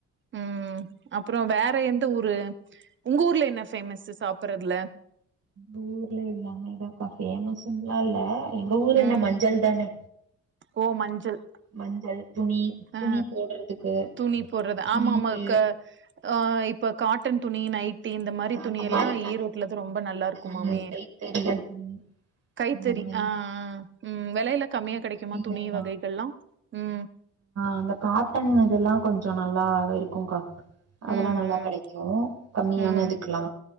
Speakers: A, on the right (about 40°); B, on the right (about 55°).
A: ம் அப்றோ வேற எந்த ஊரு உங்க ஊர்ல என்ன ஃபேமஸ்சு சாப்பறதுல
B: எங் ஊர்ல எல்லாமே தா <unintelligible> பேமஸ்ன்லா இல்ல எங்க ஊரு
A: ம்
B: என்ன மஞ்சள் தானே
A: ஓ மஞ்சள்
B: மஞ்சள் துணி
A: ஆ
B: துணி போட்றதுக்கு
A: துணி போடுறது
B: துணிக்கு
A: ஆமா ஆமா க ஆ இப்ப காட்டன் துணி நைட் இந்த மாரி
B: அந்த
A: துணி எல்லா
B: மாரிலா
A: ஈரோட்டுலதா ரொம்ப நல்லா இருக்குமாமே
B: ம் கைத்தறிகள் துணி
A: கைத்தறிஆ
B: அந்த மாரி
A: ம் விலையில கம்மியா கிடைக்குமா
B: சீலைலா
A: துணி வகைகள் எல்லாம் ம்
B: அந்த காட்டன் இதெல்லா கொஞ்ச நல்லா இருக்குங்கா அதெல்லா
A: ம்
B: நல்லா
A: ம்
B: கிடைக்கு கம்மியான
A: ம்
B: இதுக்கெல்லா